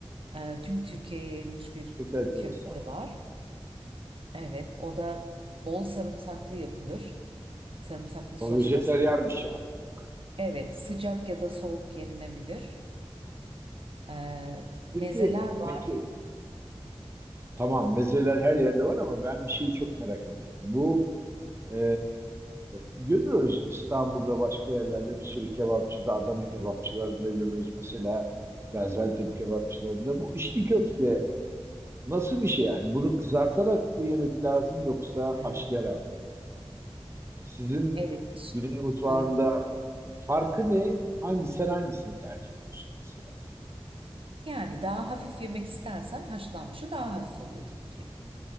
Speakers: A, on the right (about 60°); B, on the right (about 25°).
A: Ee, tüm Türkiye'ye yayılmış bir
B: Çok enteresan.
A: köfte var. Evet, o da bol sarımsaklı yapılır. Sarımsaklı sosta
B: O vejeteryan bir şey anladığım kadarıyla.
A: evet sıcak ya da soğuk yenilebilir. Ee,
B: Peki,
A: mezeler var.
B: peki tamam mezeler her yerde var ama ben bir şeyi çok merak ediyorum. Bu e, görüyoruz İstanbul'da başka yerlerde bir sürü kebapçıda, Adana kebapçılarında görüyoruz mesela Gaziantep kebapçılarında. Bu içli köfte nasıl bir şey yani? Bunu kızartarak mı yemek lazım yoksa
A: Hmm,
B: haşlayarak mı? Sizin
A: Evet, iş-
B: Güney mutfağında
A: Ee,
B: farkı ne? Hangi sen hangisini tercih ediyorsun mesela?
A: yani daha hafif yemek istersen haşlanmışı daha hafif oluyor tabii ki.